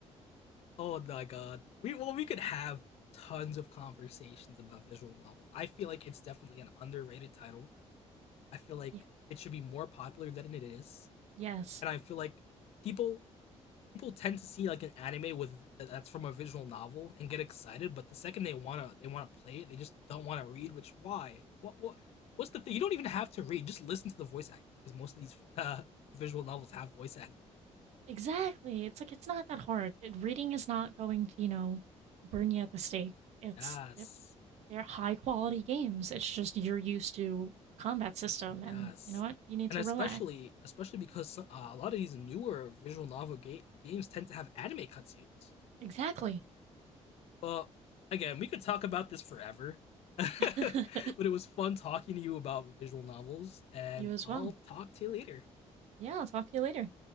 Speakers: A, on the left (about 60°); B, on the right (about 70°).
A: oh my god. We well, we could have tons of conversations about visual novels. I feel like it's definitely an underrated title. I feel like
B: <laughs> yeah.
A: it should be more popular than it is.
B: Yes.
A: And I feel like people people tend to see like an anime with that's from a visual novel and get excited, but the second they wanna they wanna play it, they just don't wanna read. Which why? What what what's the thing? You don't even have to read. Just listen to the voice acting because most of these uh, visual novels have voice acting.
B: Exactly. It's like it's not that hard. It- reading is not going to, you know, burn you at the stake. It's
A: Yes,
B: They're high quality games. It's just you're used to a combat system,
A: yes,
B: and you know what? You need
A: and
B: to
A: especially
B: relax.
A: especially because uh, a lot of these newer visual novel ga- games tend to have anime cutscenes.
B: Exactly.
A: Well, again, we could talk about this forever, <laughs> but
B: <laughs>
A: it was fun talking to you about visual novels, and
B: you as
A: I'll
B: well.
A: talk to you later.
B: Yeah, I'll talk to you later.